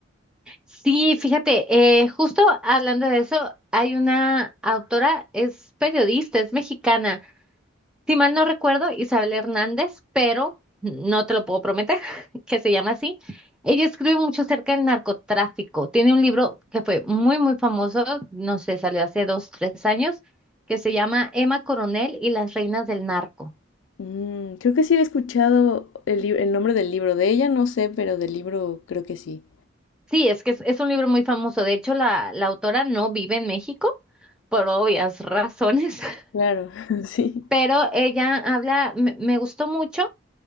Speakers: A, in the centre; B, on the left (about 65°).
A: Sí, fíjate, eh, justo hablando de eso, hay una autora, es periodista, es mexicana, si mal no recuerdo, Isabel Hernández, pero no te lo puedo prometer, <laughs> que se llama así. Ella escribe mucho acerca del narcotráfico. Tiene un libro que fue muy, muy famoso, no sé, salió hace dos, tres años, que se llama Emma Coronel y las reinas del narco.
B: Mm, creo que sí he escuchado el, li- el nombre del libro, de ella no sé, pero del libro creo que sí.
A: Sí, es que es, es un libro muy famoso. De hecho, la, la autora no vive en México por obvias razones. <laughs>
B: Claro, <laughs> sí,
A: pero ella habla, me, me gustó mucho